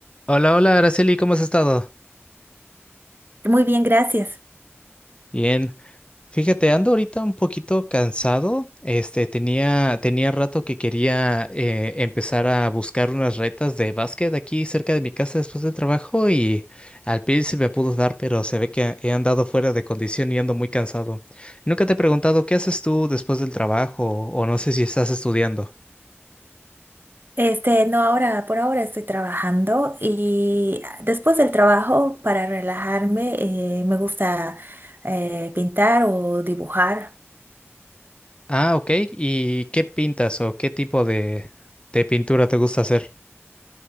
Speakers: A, on the left; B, on the right.
A: Hola, hola, Araceli, ¿cómo has estado?
B: Muy bien, gracias.
A: Bien. Fíjate, ando ahorita un poquito cansado. Este, tenía, tenía rato que quería eh, empezar a buscar unas retas de básquet aquí cerca de mi casa después del trabajo y al fin se me pudo dar, pero se ve que he andado fuera de condición y ando muy cansado. Nunca te he preguntado qué haces tú después del trabajo o no sé si estás estudiando.
B: Este, no, ahora, por ahora estoy trabajando y después del trabajo, para relajarme, eh, me gusta eh, pintar o dibujar.
A: Ah, ok. ¿Y qué pintas o qué tipo de, de pintura te gusta hacer?